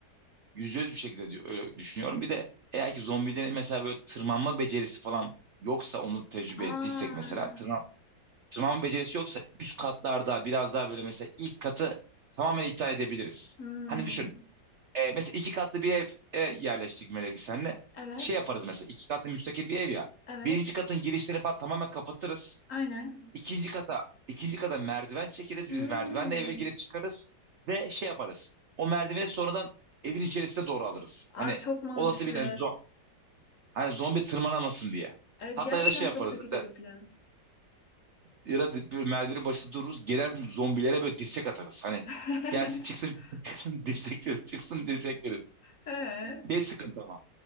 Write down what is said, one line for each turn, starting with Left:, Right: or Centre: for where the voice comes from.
Right: yüzde yüz bir şekilde diyor- öyle düşünüyorum. Bir de eğer ki zombilerin mesela böyle tırmanma becerisi falan yoksa onu tecrübe
Left: Aa.
Right: ettiysek mesela tırman, tırmanma becerisi yoksa üst katlarda biraz daha böyle mesela ilk katı tamamen iptal edebiliriz.
Left: Hmm.
Right: Hani düşün e, mesela iki katlı bir ev e, yerleştik Melek senle
Left: Evet.
Right: şey yaparız mesela iki katlı müstakil bir ev ya
Left: Evet.
Right: birinci katın girişlerini falan tamamen kapatırız.
Left: Aynen.
Right: İkinci kata, ikinci kata merdiven çekeriz.
Left: Hmm.
Right: Biz merdivenle eve girip çıkarız ve şey yaparız. O merdiveni sonradan evin içerisine doğru alırız. Hani
Left: Aa çok mantıklı.
Right: olası bir tane zo- hani zombi tırmanamasın diye.
Left: Evet
Right: Hatta
Left: gerçekten
Right: ya da şey yaparız
Left: çok zekice
Right: mesela
Left: bir plan.
Right: ya da bir merdivenin başında dururuz. Gelen zombilere böyle dirsek atarız. Hani
Left: <laughs>
Right: gelsin çıksın çıksın <laughs> çıksın dirsek veririz, çıksın dirsek veririz.
Left: He.
Right: Ne sıkıntı ama.